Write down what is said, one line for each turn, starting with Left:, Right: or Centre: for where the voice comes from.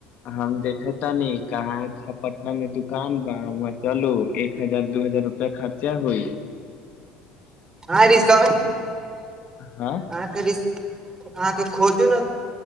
Left: हम देखे त न कहाँ छ पटना मे दुकान बा चलू एक हजार दू हजार रुपैया खर्चा होइ
Right: आ रिस आ
Left: हँ
Right: हां अहाँके खोजू ने